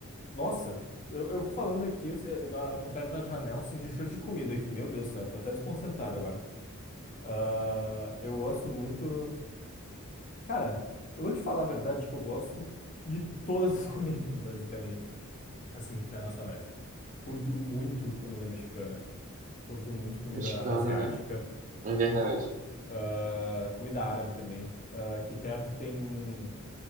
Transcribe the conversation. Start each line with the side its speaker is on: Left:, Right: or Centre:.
Left: nossa, eu, eu falando aqui, eu, sei- eu tá- eu tô perto da janela, senti cheiro de comida aqui. Meu Deus do céu, tô até desconcentrado agora. Ah, eu gosto muito. Cara, eu vou te falar a verdade que eu gosto de todas as <laughs> comidas, basicamente, assim, internacionais. Curto muito comida mexicana, curto muito comida
Right: Mexicana,
Left: asiática,
Right: né? É verdade.
Left: ah, comida árabe também. Ah, aqui perto tem,